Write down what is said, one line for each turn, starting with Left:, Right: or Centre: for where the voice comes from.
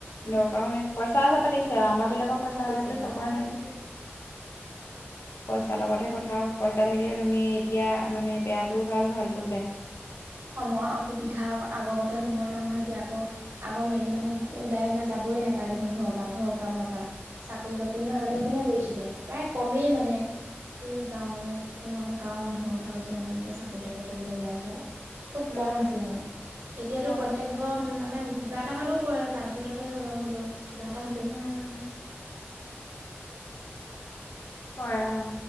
Left: দৰকাৰও নাই পইচা আছে পাতিছে আৰু আমাৰ বিলাকৰ পইচা
Right: পাতিছে
Left: নাই বুলি
Right: অ
Left: চবৰে নাই
Right: সেইটোৱে
Left: হয় তাৰ লগতহে কথাও পইচা থাকিলে তুমি এতিয়া মানে বেয়াটোও ভাল ভালতোও বেয়া,
Right: সময় অসুবিধা আগতে সময় নহয় নহয় এতিয়া আগৰ আগৰ মেকী মানুহ ওলাই নাযাব, গৈ নাপায় দেখোন ঘৰৰ পৰা ঘৰ কামৰ পৰা চাকৰি বাকৰি
Left: উম
Right: নো আগতে কোনে কৰিছিলে,, প্ৰায় কমেই মানে, কিন্তু গাঁও খনৰ গাঁৱৰ মানুহৰ কথা কৈছো মানে এনেকে চাকৰি তাকৰি কৰিবলৈ ওলাই যোৱা খুব
Left: উম
Right: কম আছিলে মানে এতিয়াতো
Left: কম
Right: প্ৰত্যক্ষ
Left: আছিলে
Right: মানে কিবা এটা হ'লেও কৰে প্ৰাইভেটতে হলেও হ'লেও কিবা এটা হ'লেও
Left: উম কৰে অ